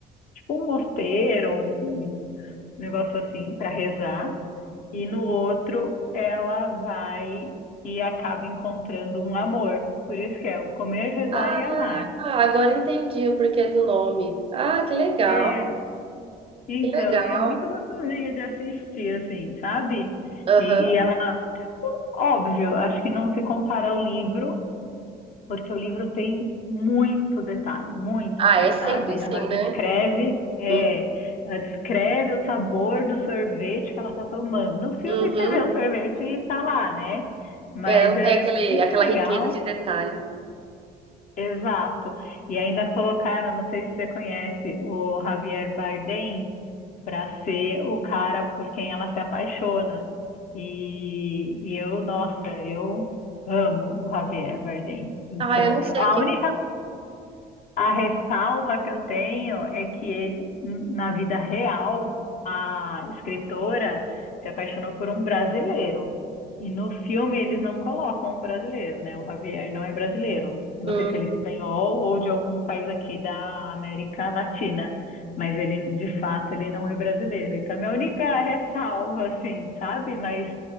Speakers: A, on the left; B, on the right.
A: tipo um mosteiro, um negócio assim, para rezar. E no outro, ela vai e acaba encontrando um amor. Por isso que é o comer, rezar
B: Ah,
A: e amar.
B: agora entendi o porquê do nome. Ah, que legal,
A: É, então,
B: que legal.
A: e é muito gostosinho de assistir, assim, sabe?
B: Aham.
A: E, e ela, óbvio, acho que não se compara ao livro, porque o livro tem muito detalhe, muito,
B: Ah,
A: assim,
B: é sempre
A: sabe?
B: assim,
A: Ela descreve,
B: né?
A: é,
B: Hum.
A: ela descreve o sabor do sorvete que ela tá tomando. No filme
B: Uhum.
A: você vê o sorvete e tá lá, né? Mas
B: É, não
A: é
B: tem aquele,
A: muito
B: aquela
A: legal.
B: riqueza de detalhes.
A: Exato. E ainda colocaram, não sei se você conhece, o Javier Bardem para ser o cara por quem ela se apaixona. E, e eu, nossa, eu amo o Javier Bardem. Então,
B: Ah, eu não sei
A: a
B: aqui.
A: única a ressalva que eu tenho é que ele, na vida real, a escritora se apaixonou por um brasileiro. E no filme eles não colocam um brasileiro, né? O Javier não é brasileiro. Eu não
B: Hum.
A: sei se ele é espanhol ou de algum país aqui da América Latina, mas ele, de fato, ele não é brasileiro. Então, é a minha única ressalva, assim, sabe? Mas